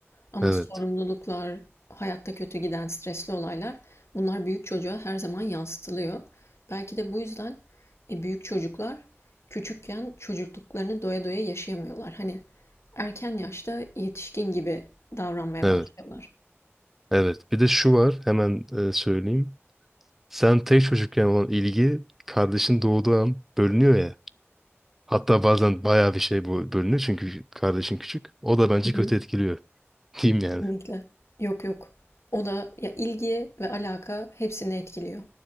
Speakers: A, on the left; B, in the centre.
A: Ama
B: Evet.
A: sorumluluklar, hayatta kötü giden stresli olaylar bunlar büyük çocuğa her zaman yansıtılıyor. Belki de bu yüzden e, büyük çocuklar küçükken çocukluklarını doya doya yaşayamıyorlar. Hani erken yaşta yetişkin gibi davranmaya
B: Evet.
A: başlıyorlar.
B: Evet. Bir de şu var. Hemen e, söyleyeyim. Sen tek çocukken olan ilgi kardeşin doğduğu an bölünüyor ya. Hatta bazen bayağı bir şey bu bölünüyor çünkü kardeşin küçük. O da bence
A: Hı hı.
B: kötü etkiliyor. <laughs> Diyeyim
A: Kesinlikle.
B: yani.
A: Yok yok. O da ya ilgi ve alaka hepsini etkiliyor.